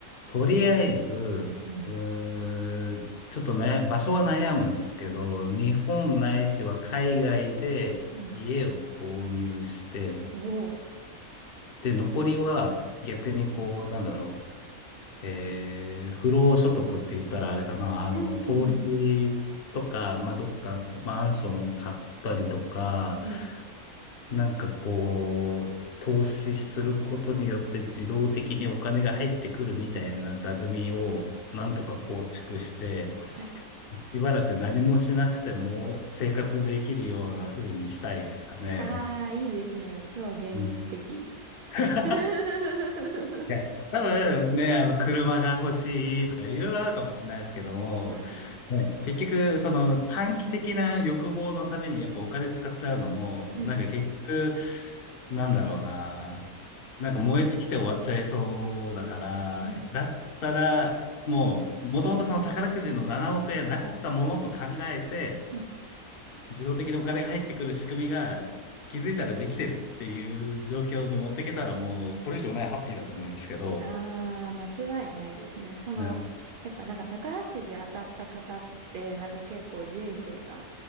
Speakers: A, on the left (about 45°); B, on the right (about 75°).
A: とりあえず、
B: うん、
A: うーん、ちょっとね、場所は悩むっすけど、日本ないしは海外で家を購入して、
B: うん。おー
A: で、残りは逆にこう、なんだろう、えー、不労所得って言ったらあれかな、あの、
B: う
A: 投資とか、
B: ん、
A: まあ、どっかマンションを買ったりとか、
B: うん。
A: なんかこう、投資することによって自動的にお金が入ってくるみたいな座組をなんとか構築して、
B: はい。
A: しばらく何もしなくても生活できるような風にしたいですかね。
B: ああ、いいですね。超現実的。
A: うん <laughs>
B: <laughs>
A: いや、多分ね、あの、車が欲しいとか、いろいろあるかもしれないですけども、
B: はい。
A: ね、結局、その短期的な欲望のためにやっぱお金使っちゃうのも、
B: うん、
A: なんか結局、なんだろうな、なんか燃え尽きて終わっちゃいそうだから、
B: うん、
A: だったら、もう、もともとその宝くじの7億円なかったものと考えて、
B: うん。
A: 自動的にお金が入ってくる仕組みが、気づいたらできてるっていう状況に持ってけたらもうこれ以上ないハッピーだと思うんですけど。
B: ああ、間違いないですね。その、
A: うん
B: やっぱなんか宝くじ当たった方って、なんか結構人生が、